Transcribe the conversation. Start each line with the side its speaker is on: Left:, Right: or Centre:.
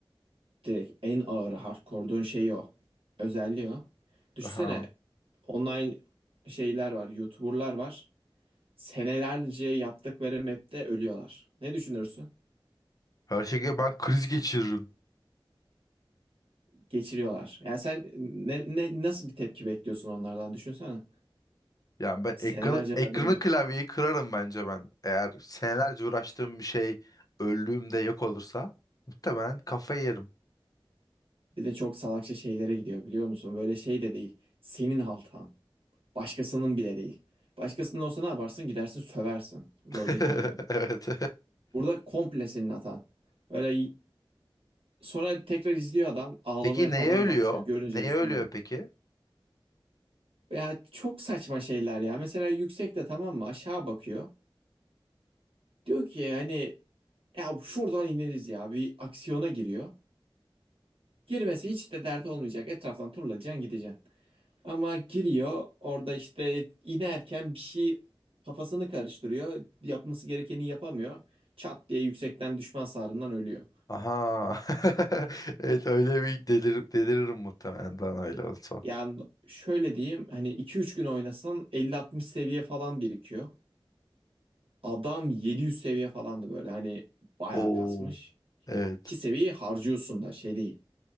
Right: Direkt en ağır hardcore'duğun şeyi o. Özelliği o. Düşünsene
Left: Aha.
Right: online şeyler var, YouTuber'lar var. Senelerce yaptıkları map'te ölüyorlar. Ne düşünürsün?
Left: Her şekilde ben kriz geçiririm.
Right: Geçiriyorlar. Yani sen ne, ne nasıl bir tepki bekliyorsun onlardan düşünsene.
Left: Yani ben
Right: Senelerce
Left: ekranı, ekranı
Right: verdiğin map
Left: klavyeyi kırarım bence ben. Eğer senelerce uğraştığım bir şey öldüğümde yok olursa muhtemelen kafayı yerim.
Right: bir de çok salakça şeylere gidiyor biliyor musun? Böyle şey de değil. Senin haltan. Başkasının bile değil. Başkasının olsa ne yaparsın? Gidersin söversin.
Left: <laughs>
Right: LoL'deki gibi.
Left: Evet.
Right: Burada komple senin hatan. Öyle sonra tekrar izliyor adam ağlamaya
Left: Peki
Right: falan
Left: neye ölüyor?
Right: başlıyor. Görünce
Left: Neye
Right: üzülüyorum.
Left: ölüyor peki?
Right: Ya çok saçma şeyler ya. Mesela yüksekte tamam mı aşağı bakıyor. Diyor ki hani ya şuradan ineriz ya bir aksiyona giriyor. Girmesi hiç de dert olmayacak. Etraftan turlayacaksın gideceksin. Ama giriyor orada işte inerken bir şey kafasını karıştırıyor. Yapması gerekeni yapamıyor. Çat diye yüksekten düşme hasarından ölüyor.
Left: Aha. <laughs> Evet öyle bir delir deliririm muhtemelen ben öyle olsa.
Right: Yani şöyle diyeyim hani 2-3 gün oynasan 50-60 seviye falan birikiyor. Adam 700 seviye falandı böyle hani bayağı
Left: Oo.
Right: kasmış.
Left: Evet.
Right: Ki seviyeyi harcıyorsun da şey değil.